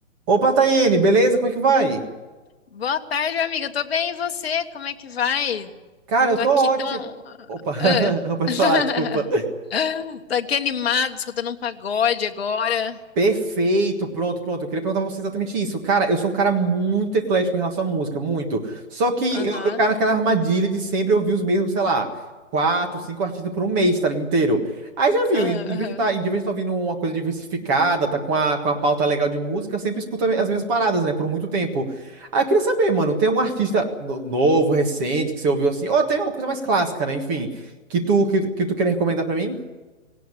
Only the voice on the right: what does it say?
Opa, Tayene, beleza? Como é que vai?
Cara, eu
tô
ótimo.
Opa, <laughs>
pode
falar, desculpa.
Perfeito, pronto, pronto. Eu queria perguntar pra você exatamente isso. Cara, eu sou um cara muito eclético em relação à música, muito. Só que
eu, eu caio naquela armadilha de sempre ouvir os mesmos, sei lá, quatro, cinco artistas por um mês, tá ali, inteiro. Aí já
viu, em, em
vez de estar em vez de tá ouvindo uma coisa diversificada, tá com a, com a pauta legal de música, eu sempre escuto as mesmas paradas, né, por muito tempo. Aí eu queria saber, mano, tem algum artista no- novo, recente, que você ouviu assim, ou tem uma coisa mais clássica, né, enfim, que tu, que, que tu queria recomendar pra mim?